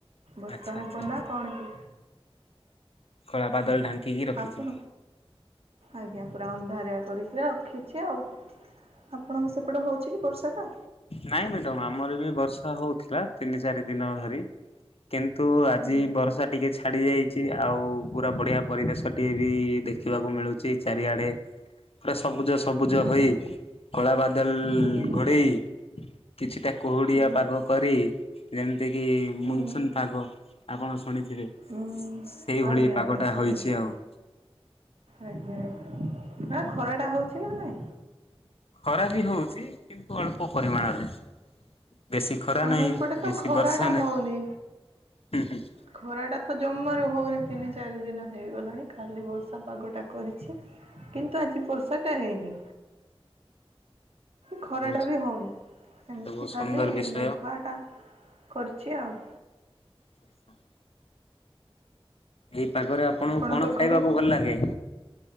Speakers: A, on the right (about 80°); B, on the left (about 70°).
A: ବର୍ଷା
B: ଆଚ୍ଛା
A: ହବ
B: ଆଚ୍ଛା ଆଚ୍ଛା
A: ନା କଣ କି।
B: କଳା ବାଦଲ ଢାଙ୍କିକି ରଖିଛି।
A: ଆପଣ ଆଜ୍ଞା ପୁରା ଅନ୍ଧାରିଆ କରିକି ରଖିଛି ଆଉ। ଆପଣଙ୍କ ସେପଟେ ହଉଛି କି ବର୍ଷା ଟା?
B: ନାଇଁ ମ୍ୟାଡାମ ଆମର ବି ବର୍ଷା ହଉଥିଲା। ତିନି ଚାରି ଦିନ ଧରି କିନ୍ତୁ ଆଜି
A: ଆଜ୍ଞା
B: ବର୍ଷା ଟିକେ ଛାଡି ଯାଇଛି ଆଉ ପୁରା ବଢିଆ ପରିବେଶ ଟିଏ ବି ଦେଖିବାକୁ ମିଳୁଛି ଚାରିଆଡେ। ପୁରା ସବୁଜ ସବୁଜ
A: ଆଜ୍ଞା
B: ହୋଇ କଳା ବାଦଲ
A: ଆଜ୍ଞା
B: ଘୋଡ଼େଇ କିଛିଟା କୁହୁଡିଆ
A: ଆଜ୍ଞା
B: ପାଗ କରି ଯେମିତି କିି
A: ହୁଁ
B: ମୁନସୁନ୍ ପାଗ ଆପଣ ଶୁଣିଥିବେ।
A: ହୁଁ
B: ସେଇଭଳି
A: ଆଜ୍ଞା
B: ପାଗ
A: ଆଜ୍ଞା
B: ଟା
A: ଶୁଣିଛି
B: ହୋଇଛି ଆଉ।
A: ଆଜ୍ଞା ଆଜ୍ଞା, ନା ଖରା ଟା ହଉଛି ନା ନାଇଁ?
B: ଖରା ବି ହଉଛି କିନ୍ତୁ ଅଳ୍ପ ପରିମାଣରେ। ବେଶୀ ଖରା
A: ଆମ
B: ନାହିଁ,
A: ଏପଟେ ତ
B: ବେଶୀ
A: ଖରାଟା
B: ବର୍ଷା
A: ହଉନି
B: ନାହିଁ। ହୁଁ ହୁଁ।
A: ଖରାଟା ତ ଜମାରୁ ହଉନି ତିନି ଚାରି ଦିନ ହେଇଗଲାଣି। ଖାଲି ବର୍ଷା ପାଗଟା କରିଛି। କିନ୍ତୁ ଆଜି ବର୍ଷା ଟା ହେଇନି। ଖରା
B: ବହୁତ
A: ଟା ବି ହଉନି। ସେମିତି
B: ଏଇଟା ବହୁତ ସୁନ୍ଦର
A: ଖାଲି
B: ବିଷୟ
A: ମେଘୁଆଟା କରିଛି ଆଉ।
B: ସେ ହ <unintelligible> ଏଇ ପାଗରେ ଆପଣଙ୍କୁ
A: ଆପଣଙ୍କ
B: କଣ ଖାଇବାକୁ
A: ଘରେ?
B: ଭଲ ଲାଗେ?